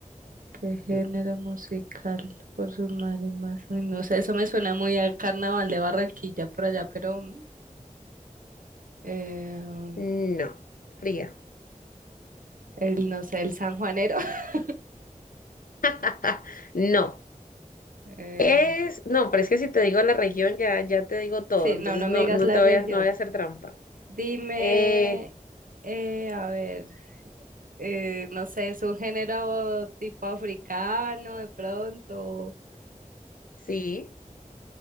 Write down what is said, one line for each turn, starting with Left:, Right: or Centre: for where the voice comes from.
Right: ¿Qué género
Left: Sí.
Right: musical por sus marimas? Uy, no sé, eso me suena muy al carnaval de Barranquilla por allá, pero mm, eh,
Left: No, fría.
Right: el, no sé, el sanjuanero. <laughs>
Left: <laughs> No.
Right: Eh,
Left: Es, no, pero es que si te digo la región ya, ya te digo todo,
Right: sí,
Left: entonces
Right: no, no
Left: no,
Right: me digas
Left: no
Right: la
Left: te
Right: región.
Left: voy a, no voy a hacer trampa.
Right: Dime,
Left: Eh,
Right: eh, a ver, eh, no sé, es un género tipo africano de pronto.
Left: sí,